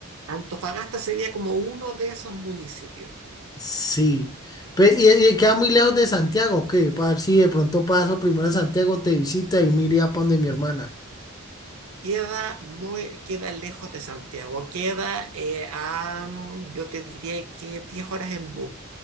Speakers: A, on the right; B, on the left.
A: Antofagasta sería como uno de esos municipios.
B: Sí. Pe- y, y queda muy lejos de Santiago, ¿qué? Para ver si de pronto paso primero a Santiago, te visita y mire a donde mi hermana.
A: Queda muy, queda lejos de Santiago, queda eh, a, mm, yo te diría que 10 horas en bus.